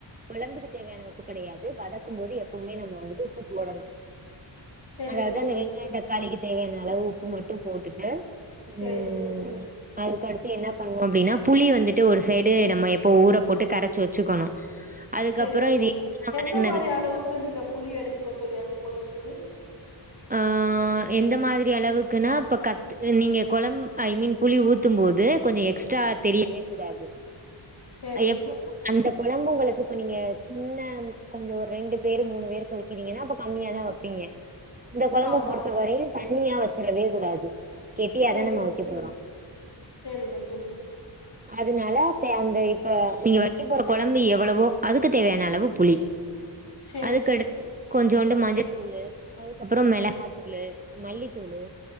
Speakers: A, on the right (about 20°); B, on the left (about 55°).
A: குழம்புக்கு தேவையான உப்பு கெடையாது வதக் க்கும்போது எப்பவுமே நம்ம வந்துட்டு உப்புபோடணு
B: சரிங்க
A: அதாவ்து
B: தோழி.
A: அந்த வெங்காயொ தக்காளி தேவையான அளவு உப்பு மட்டு போட்டுட்டு
B: சேரிங்க
A: ம்
B: தோழி
A: அதுக்கடுத்து என்ன பண்ணுஅப்டின்னா புளி வந்துட்டு ஒரு சைடு நம்ம எப்போ ஊர போட்டு கரச்சி வச்சுக்கணு அதுக்கப்புறோ
B: செரிங்க
A: இது
B: தோழி
A: எல்லா
B: எந்த
A: வதங்குனதுக்கு
B: மாறி‌
A: அப்புறமா
B: அளவுக்கு நீங்க புளி எடுக்குணு தோழி‌ அந்த கொழும்புக்கு
A: ஆ எந்த மாதிரி அளவுக்குன்னா ப்ப கட் த்து நீங்க கொழம் ஐ மீன் புளி ஊத்தும்போது கொஞ்சொ எக்ஸ்ட்ரா தெரியவேகூடாது
B: சரி.
A: எப்பவு அந்த கொழம்பு உங்களுக்கு ப்ப நீங்க சின்ன கொஞ்சொ ஒர் ரெண்டு பேரு மூணு பேரு கொதிக்கிறீங்கன்னா அப்ப கம்மியா தா வப்பீங்க இந்த கொழம்பு
B: ஆமா.
A: பொறுத்தவரை தண்ணியா வச்சரவே கூடாது கெட்டியா
B: சரி
A: தான் நம்ம வைக்க போறோம்
B: செரிங்க தோழி
A: அதுனால தே அந்த இப்ப நீ வக்க போற கொழம்பு எவ்ளவோ அதுக்கு தேவையான அளவு புளி
B: சரி.
A: அதுக்கடுத்து கொஞ்சோண்டு மஞ்சத்தூளு அப்பற மெளகாத்தூளு மல்லித்தூளு